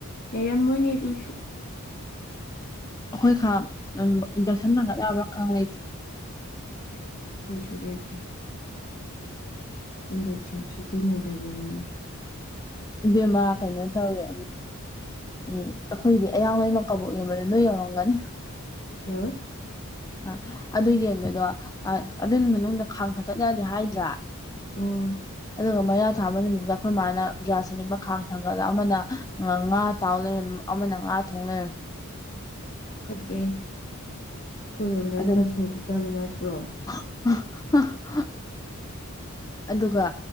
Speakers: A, on the left; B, on the left.
A: ꯇꯔꯝꯃꯣꯏꯅꯦ ꯗꯨꯁꯨ
B: ꯑꯩꯈꯣꯏ ꯈꯥꯡ ꯏꯟꯗꯛꯁꯟ ꯊꯥꯡꯒꯠ ꯌꯥꯕ ꯈꯥꯡ ꯂꯩꯇꯦ
A: ꯈꯣꯏꯁꯨ ꯂꯩꯇꯦ ꯏꯟꯗꯛꯁꯟ ꯁꯤꯖꯤꯟꯅꯗꯕꯅꯤꯅ
B: ꯏꯕꯦꯝꯃ ꯀꯩꯅꯣ ꯇꯧꯋꯦ ꯎꯝ ꯑꯩꯈꯣꯏꯒꯤ ꯑꯌꯥꯡꯂꯩꯃ ꯀꯕꯣꯛ ꯌꯣꯟꯕꯗꯣ ꯅꯣꯏ ꯌꯧꯔꯝꯒꯅꯤ
A: ꯌꯥꯔꯣꯏ
B: ꯑ ꯑꯗꯨ ꯌꯦꯟꯕꯗꯣ ꯑꯗꯨꯏ ꯃꯅꯨꯡꯗ ꯈꯥꯡ ꯊ ꯀꯠꯅꯗꯤ ꯍꯥꯏꯗ꯭ꯔꯥ꯫
A: ꯎꯝ꯫
B: ꯑꯗꯨꯒ ꯃꯩꯌꯥꯥ ꯊꯥꯕ ꯅꯨꯃꯤꯠꯇ ꯑꯩꯈꯣꯏ ꯃꯥꯅ꯫ ꯒ꯭ꯌꯥꯁ ꯑꯅꯤꯃꯛ ꯈꯥꯡ ꯊꯥꯡꯒꯠꯂ ꯑꯃꯅ ꯉꯥ ꯇꯥꯎꯂꯩꯔꯝꯃꯤ ꯑꯃꯅ ꯉꯥ ꯊꯣꯡꯂꯩꯔꯝꯃꯤ꯫
A: ꯐꯖꯩ ꯈꯣꯏꯔꯣꯝꯗꯅ
B: ꯑꯗꯨꯝ
A: ꯆꯝꯊꯣꯡ ꯄꯤꯖꯕ ꯅꯠꯇ꯭ꯔꯣ꯫
B: <unintelligible> ꯑꯗꯨꯒ